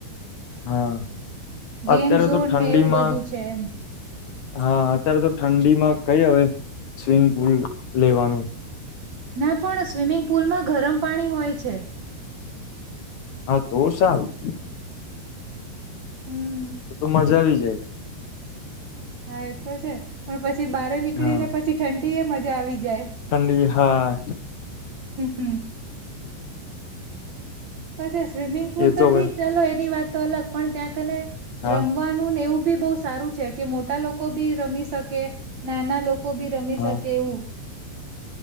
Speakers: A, on the left; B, on the right.
A: હા
B: ગેમ
A: અત્યારે
B: ઝોન
A: તો ઠંડીમાં
B: ને એવું બધું છે એમ
A: હા અત્યારે તો ઠંડીમાં કઈ હવે સ્વિમિંગ પુલ લેવાનું,
B: ના પણ સ્વિમિંગ પુલમાં ગરમ પાણી હોય છે,
A: હા તો સારું.
B: હમ
A: તો તો મજા આવી જાય.
B: હા એ તો છે, પણ પછી બહાર નીકળી
A: હા
B: ને પછી ઠંડી એ મજા આવી. જાય
A: ઠંડી હાય.
B: હમ <inaudible> પછી સ્વિમિંગ પુલ
A: એ
B: તો
A: હવે
B: ઠીક ચાલ એની વાત તો અલગ પણ ત્યાં કણે
A: હા
B: રમવાનું ને એવું. ભી બોવ સારું છે, કે મોટા લોકો ભી રમી શકે નાના લોકો કો ભી રમી
A: હા
B: શકે એવું.